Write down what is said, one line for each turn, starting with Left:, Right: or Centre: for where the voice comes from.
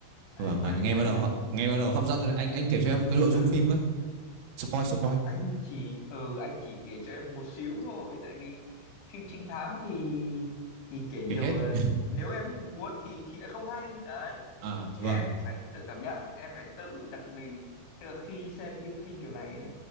Left: đấy
Right: Vâng,
Left: quan
Right: à,
Left: điểm
Right: nghe
Left: của anh
Right: bắt đầu
Left: là
Right: nghe bắt đầu hấp dẫn rồi đấy. Anh anh kể cho em cái nội dung
Left: ừ
Right: phim với. Spoil spoil,
Left: anh chỉ ừ anh chỉ kể cho em một xíu thôi tại vì phim trinh thám thì thì kể nhiều
Right: kể hết.
Left: là
Right: <laughs>
Left: nếu em muốn thì thì đã không hay đấy
Right: À
Left: chị
Right: vâng.
Left: em phải tự cảm nhận em phải tự đặt mình tức là khi xem cái phim kiểu này ấy,